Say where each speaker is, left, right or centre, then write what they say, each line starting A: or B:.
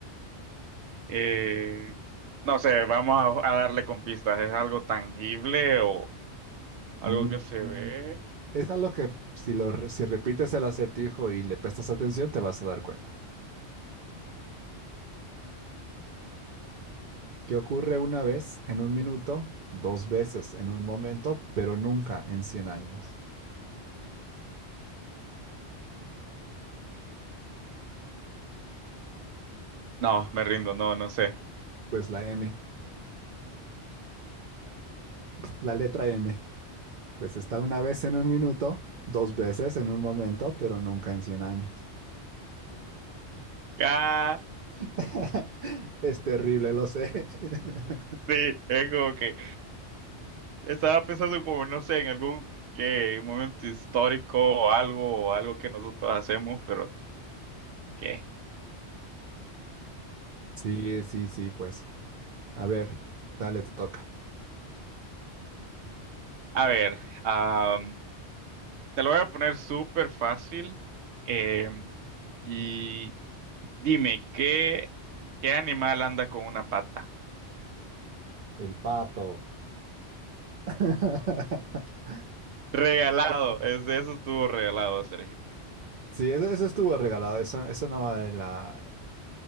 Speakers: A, on the right; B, on the right.
A: Eh, no sé, vamos a, a darle con pistas. ¿Es algo tangible o algo
B: Mm,
A: que se ve?
B: Es algo que si, lo, re- si repites el acertijo y le prestas atención, te vas a dar cuenta. que ocurre una vez en un minuto, dos veces en un momento, pero nunca en cien años.
A: No, me rindo, no, no sé.
B: Pues la M, la letra M, pues está una vez en un minuto, dos veces en un momento, pero nunca en cien años.
A: Ah,
B: <laughs> Es terrible, lo sé. <laughs>
A: sí, es como que estaba pensando como, no sé, en algún que momento histórico o algo, o algo que nosotros hacemos, pero ¿qué?
B: Sí, sí, sí, pues. A ver, dale, te toca.
A: A ver, am, te lo voy a poner súper fácil. em, y dime, ¿qué, qué animal anda con una pata?
B: El pato. <laughs>
A: Regalado, <laughs> es- eso estuvo regalado, Sergio.
B: Sí, eso, eso estuvo regalado, eso, eso no va de la,